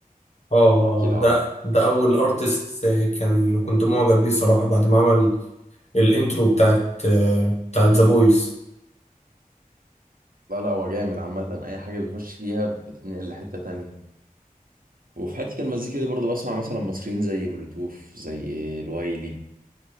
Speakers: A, on the left (about 50°); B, on the right (about 75°).
A: اه
B: اكيد عارف
A: ده ده اول ارتست كان كنت معجب بيه الصراحة بعد ما عمل الانترو بتاعت آه، بتاعت ذا بويز
B: لا لا هو جامد عامة أي حاجة بيخش فيها بتتنقل لحتة تانية وفي حتة المزيكا دي برضو بسمع مثلا مصريين زي مولوتوف زي الوايلي